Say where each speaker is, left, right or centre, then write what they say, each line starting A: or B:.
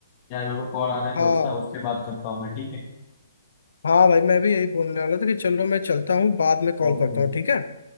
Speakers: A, on the left; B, on the left.
A: यार मेरे को कॉल आ रहा है
B: हाँ
A: दोस्त का उससे बात करता हूँ मैं ठीक है
B: हाँ भाई मैं भी यही बोलने वाला था कि चलो मैं चलता हूँ बाद में कॉल
A: ओके
B: करता हूँ ठीक है